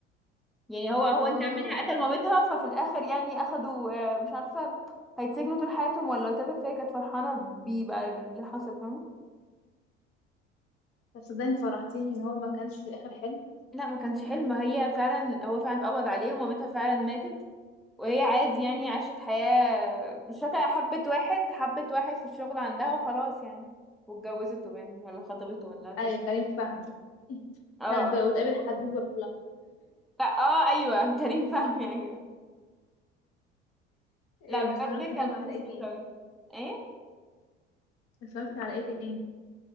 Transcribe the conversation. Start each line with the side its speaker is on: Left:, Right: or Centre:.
Centre: يعني هو هو
Left: اه
Centre: انت منها قتل مامتها ففي الاخر يعني اخدوا آه، مش عارفة هيتسجنوا طول حياتهم ولا whatever فهي كانت فرحانة بيه بقى باللي حصل فاهمة
Left: طب صدقني فرحتيني ان هو ما كانش في الاخر حلو
Centre: لا ما كانش حلم هي فعلا هو فعلا اتقبض عليه ومامتها فعلا ماتت وهي عادي يعني عاشت حياة مش فاكرة حبت واحد حبت واحد في الشغل عندها وخلاص يعني واتجوزته باين ولا خطبته ولا تب
Left: ايوه كريم فهمي
Centre: اه
Left: تصدق
Centre: آه.
Left: وتقابل حبيب وراح لها
Centre: لا اه ايوه <laughs> كريم فهمي ايوه
Left: اتفرجت
Centre: لا بجد كان
Left: طبعا
Centre: مسلسل
Left: على ايه تاني
Centre: حلو اوي ايه
Left: اتفرجت على ايه تاني